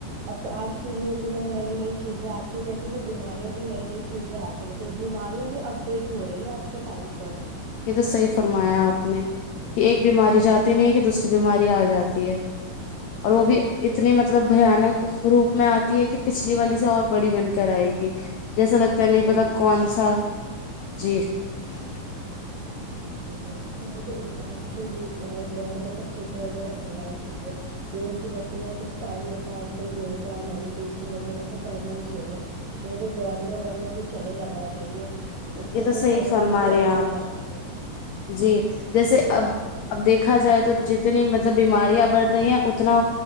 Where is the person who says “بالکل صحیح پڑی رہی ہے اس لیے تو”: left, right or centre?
Right